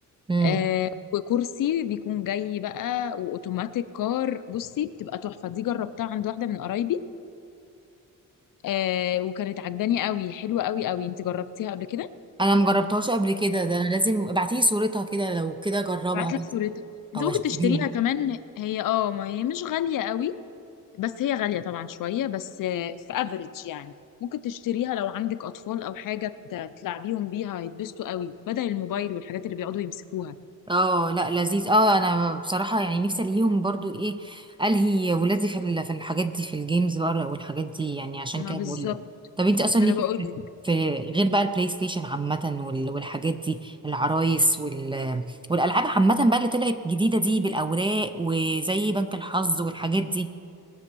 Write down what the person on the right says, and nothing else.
امم
انا مجربتهاش قبل كده ده انا لازم ابعتي لي صورتها كده لو كده اجربها
بس
او
اشتريها
اه لا لذيذ اه انا بصراحه يعني نفسي الهيهم برضو ايه الهي ولادي في ال- في الحاجات دي في الجيمز بقى والحاجات دي يعني عشان
كده
بقول لك طب انت اصلا
ليكي
في
في غير بقى البلاي ستيشن عامه وال- والحاجات دي العرايس وال والالعاب عامه بقى اللي طلعت جديده دي بالاوراق وزي بنك الحظ والحاجات دي